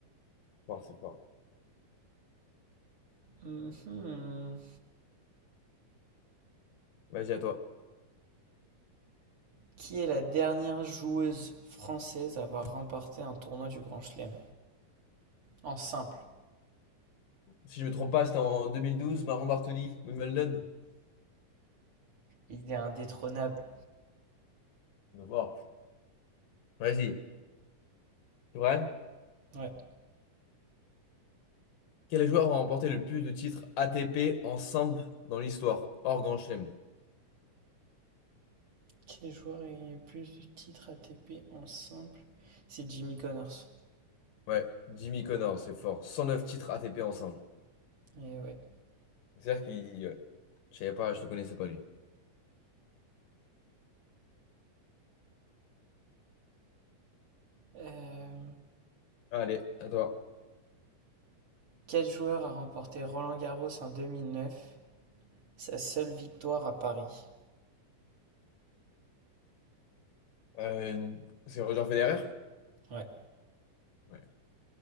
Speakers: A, on the left; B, on the right.
A: Fort, c'est fort.
B: Mhm.
A: Vas-y, à toi.
B: Qui est la dernière joueuse française à avoir remporté un tournoi du Grand Chelem? En simple.
A: Si je me trompe pas, c'était en 2012, Maron Bartoli, Wimbledon.
B: Il est indétrônable.
A: On va voir. Vas-y. C'est vrai?
B: Ouais.
A: Quel joueur a remporté le plus de titres ATP ensemble dans l'histoire, hors Grand Chelem?
B: Quel joueur a gagné le plus de titres ATP en simple? C'est Jimmy Connors.
A: Ouais, Jimmy Connor, c'est fort. 109 titres ATP ensemble.
B: Et ouais.
A: C'est-à-dire qu'il... ouais. Je savais pas, je le connaissais pas lui.
B: Euh,
A: Allez, à toi.
B: Quel joueur a remporté Roland-Garros en deux mille neuf Sa seule victoire à Paris.
A: Euh, c'est Roger Federer?
B: Ouais.
A: Ouais.